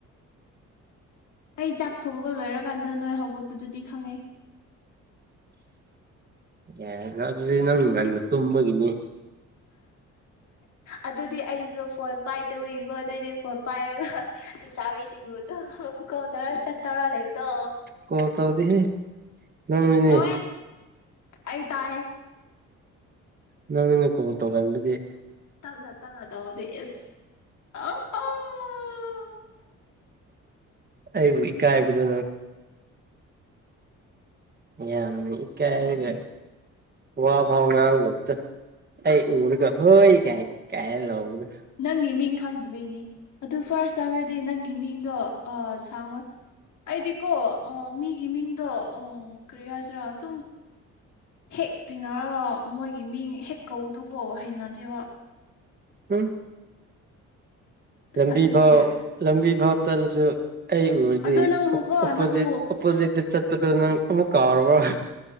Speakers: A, on the left (about 75°); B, on the right (about 30°).
A: ꯑꯩ ꯆꯥꯛ ꯊꯣꯡꯕ ꯂꯣꯏꯔꯀꯥꯟꯗ ꯅꯣꯏ ꯍꯧꯒꯠꯄꯗꯨꯗꯤ ꯈꯪꯉꯦ
B: ꯌꯥ ꯑꯗꯨꯗꯤ ꯅꯪ ꯃꯅ ꯇꯨꯝꯕꯒꯤꯅꯤ
A: ꯑꯗꯨꯗꯤ ꯑꯩꯗꯣ ꯐꯣꯟ ꯄꯥꯏꯗꯋꯤꯀꯣ ꯅꯣꯏꯗꯤ ꯐꯣꯟ ꯄꯥꯏꯔꯒ ꯂꯩꯤꯁꯥꯕꯤꯁꯤꯡꯕꯨꯗꯣ ꯀꯧ ꯇꯧꯔ ꯆꯠꯇꯧꯔ ꯂꯩꯕꯗꯣ
B: ꯀꯣꯜ ꯇꯗꯗꯤ ꯅꯅꯃꯤꯅꯦ
A: ꯇꯧꯋꯦ ꯑꯩ ꯇꯥꯏꯌꯦ
B: <unintelligible> ꯒꯝ
A: <unintelligible> ꯇꯞꯅ ꯇꯥꯎꯗ ꯏꯁ <unintelligible>
B: ꯑꯩꯕꯨ ꯏꯀꯥꯏꯕꯗ ꯌꯥꯝꯅꯤ ꯏ ꯀꯥꯏꯔꯒ ꯋꯥ ꯐꯥꯎ ꯉꯥꯡꯕꯕꯨꯛꯇ ꯑꯩ ꯎꯔꯒ ꯍꯣꯏ ꯀꯥꯏ ꯀꯥꯏꯔ ꯂꯥꯎꯔꯒ
A: ꯅꯪꯒꯤ ꯃꯤꯡ ꯐꯪꯗꯕꯩꯅꯦ ꯑꯗꯨ ꯐꯥꯔꯁ ꯇꯃꯤꯠ ꯗꯤ ꯅꯪꯒꯤ ꯃꯤꯡꯗꯣ ꯑ ꯁꯥꯡꯉꯣꯏ ꯑꯩꯗꯤꯀꯣ ꯃꯤꯒꯤ ꯃꯤꯡꯗꯣ ꯀꯔꯤ ꯍꯥꯏꯁꯤꯔꯥ ꯑꯗꯨꯝ ꯍꯦꯛ ꯊꯦꯡꯅꯔꯒ ꯃꯣꯏꯒꯤ ꯃꯤꯡ ꯀꯧꯗꯨꯀꯣ ꯍꯩꯅꯗꯦꯕ
B: ꯎꯝ ꯂꯝꯕꯤ
A: ꯑꯗꯨꯒꯤ
B: ꯐꯥꯎ ꯂꯝꯕꯤ ꯑ ꯆꯠꯂꯁꯨ ꯑꯩ ꯎꯔꯗꯤ
A: ꯑꯗꯣ ꯅꯪꯕꯨꯀꯣ
B: ꯑꯣꯄꯣꯖꯤꯠ
A: ꯅꯪꯕꯨ
B: ꯑꯣꯄꯣꯖꯤꯠꯇ ꯆꯠꯄꯗ ꯅꯪ ꯑꯃꯨ ꯀꯥꯎꯔꯕ